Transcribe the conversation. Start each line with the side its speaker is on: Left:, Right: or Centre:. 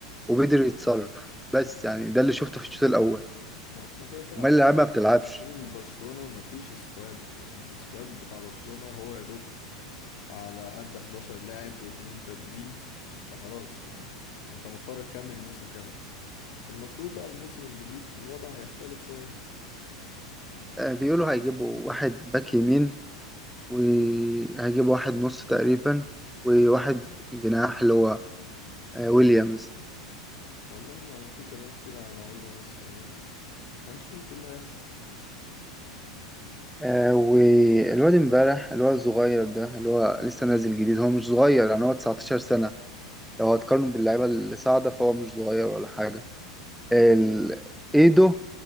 Centre: وبدري يتصرف بس يعني ده اللي شفته في الشوط الأول
Left: ما هو احنا كده كده
Centre: ومال
Left: عارفين
Centre: اللعيبة ما بتلعبش
Left: عارفين ان برشلونه ما فيش سكواد يعني السكواد بتاع برشلونه هو يا دوب على قد 11 لاعب واتنين تبديل فخلاص يعني انت مضطر تكمل الموسم كده المفروض بقى الموسم الجديد الوضع هيختلف شوية
Centre: آه بيقولوا هيجيبوا واحد باك يمين وهيجيبوا واحد نص تقريبا وواحد جناح اللي هو آه ويليامز
Left: والله يعني في كلام كتير على لعيبة بس يعني ايه هنشوف ايه اللي هيحصل
Centre: آه والواد امبارح اللي هو الصغير ده اللي هو لسه نازل جديد هو مش صغير يعني هو 19 سنة لو هتقارنه باللعيبة اللي صاعدة فهو مش صغير ولا حاجة ال... ايده